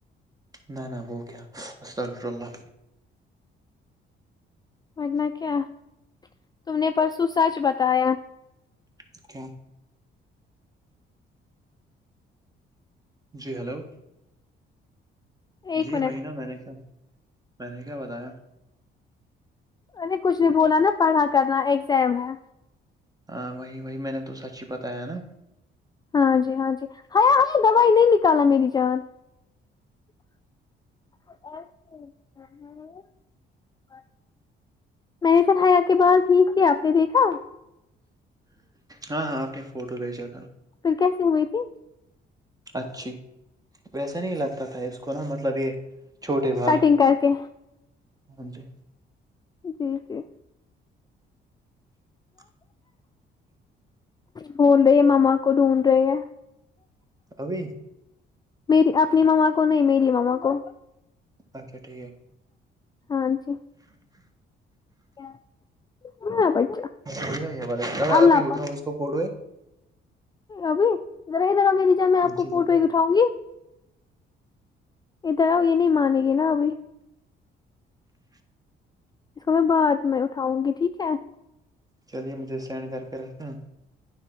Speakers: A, on the right; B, on the left.
A: نہ نہ وہ کیا استغفر اللہ
B: ورنہ کیا تم نے پرسوں سچ بتایا
A: اچھا جی ہلو
B: ایک
A: جی
B: منٹ
A: وہی نا میں نے کیا میں نے کیا بتایا
B: ارے کچھ نہیں بولا نا پڑھا کرا ایگزام ہے
A: ہاں وہی وہی میں نے تو سچ ہی بتایا نا
B: ہاں جی ہاں جی ہیا ام دوائی نہیں نکالنا میری جان <unintelligible> میں نے پھر ہیا کے باہر ٹھیک کیا آپ نے دیکھا
A: ہاں ہاں آپ نے فوٹو بھیجا تھا
B: پھر کیسی ہوئی تھی
A: اچھی ویسا
B: اچھا
A: نہیں لگتا تھا اس کو نا مطلب یہ چھوٹے بال
B: کٹنگ کر کے
A: ہاں جی
B: جی جی
A: <unintelligible>
B: بول رہے ہے ماما کو ڈھونڈ رہے ہیں
A: ابھی
B: میری اپنی ماما کو نہیں میری ماما کو
A: اچا ٹھیک
B: ہاں جی <unintelligible>
A: بڑھیا یہ والا
B: اللہ
A: ابھی اٹھا
B: پاک
A: اس کو پڈوئے
B: ابھی ذرا ادھر او میری جان میں آپ کو
A: جی
B: فوٹو
A: جی
B: اٹاؤں گی ادھر اؤ یہ نہیں مانیں گے نا ابھی اس کو میں بعد میں اٹھاؤں گی ٹھیک ہے
A: چلیے مجھے سینڈ کر کے رکھنا